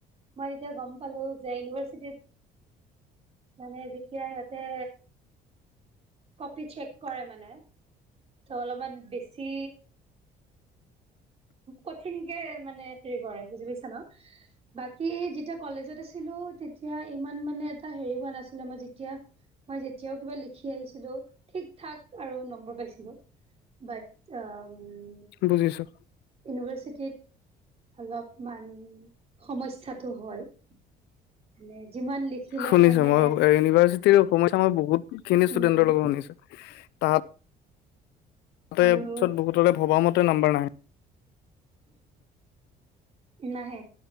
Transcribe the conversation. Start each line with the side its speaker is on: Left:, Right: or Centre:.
Right: মই তেতিয়া গম পালো যে ইউনিভাৰ্চিটিত মানে যেতিয়া সিহতে, কপি চেক কৰে মানে ত' অলপমান বেছি কঠিনকে মানে হেৰি কৰে বুজি পাইছা ন। বাকী যিটো কলেজ আছি ছিলো তেতিয়া ইমান মানে এটা হেৰি হোৱা নাছিলে মই যেতিয়া। মই যেতিয়াও কিবা লিখি আহিছিলো ঠিক থঠাক আৰু নম্বৰ পাইছিলো। বাত অ',
Left: বুজিছো।
Right: ইউনিভাৰ্চিটিত অলপ মান সমস্যাটো হ'ল। মানে যিমান লিখিলেও
Left: শুনিছো
Right: মানে
Left: মই ইউনিভাৰ্চিটিৰ সমস্যা মই বহুত খিনি ষ্টুডেন্টৰ
Right: উম
Left: লগত শুনিচো তাত তাতে
Right: আৰু
Left: পিছত বহুতৰে ভবা মতে নাম্বাৰ নাহে।
Right: নাহে